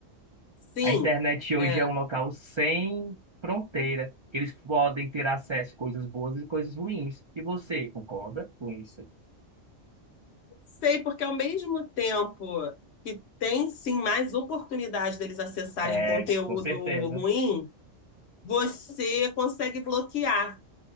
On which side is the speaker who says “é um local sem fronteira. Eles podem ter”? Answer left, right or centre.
Right